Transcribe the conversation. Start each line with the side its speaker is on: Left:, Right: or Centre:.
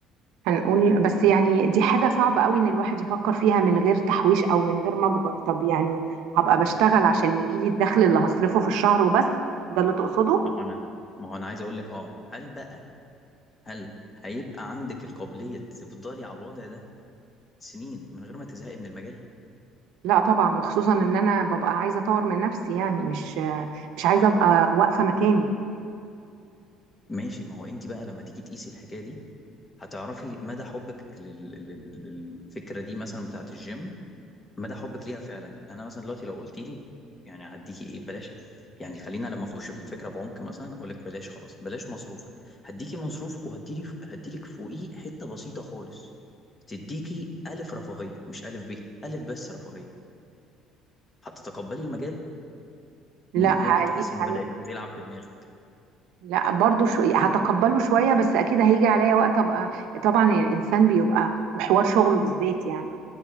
Right: هنقول بس يعني دي حاجة صعبة قوي ان الواحد يفكر فيها من غير تحويش او من غير مجبر طب يعني هبقى بشتغل عشان يجيلي الدخل اللي هصرفه في الشهر وبس ده اللي تقصده؟
Left: ما هو انا ما هو انا عايز اقول لك اه هل بقى هل هيبقى عندك القابليه تفضلي على الوضع ده سنين من غير ما تزهقي من المجال
Right: لا طبعا وخصوصا ان انا ببقى عايزة اطور من نفسي يعني مش مش عايزة ابقى واقفة مكاني
Left: ماشي ما هو انت بقى لما تيجي تقيسي الحكايه دي هتعرفي مدى حبك لل... لل... للفكره دي مثلا بتاعت الجيم مدى حبك ليها فعلا انا مثلا دلوقتي لو قلت لي يعني هديكي ايه ببلاش يعني خلينا لما اخش في الفكره بعمق مثلا اقول لك بلاش خلاص بلاش مصروفك هديكي مصروفك وهديلي هديلك فوقيه حته بسيطه خالص تديكي الف رفاهيه مش الف ب الف بس رفاهيه هتتقبلي المجال
Right: لا
Left: ممكن
Right: هي...
Left: تحسي ان
Right: هي...
Left: بدات تلعب في دماغك
Right: لا برضو شو... هتقبله شوية بس اكيد هيجي عليا وقت ابقى طبعا الانسان بيبقى وحوار شغله بالذات يعني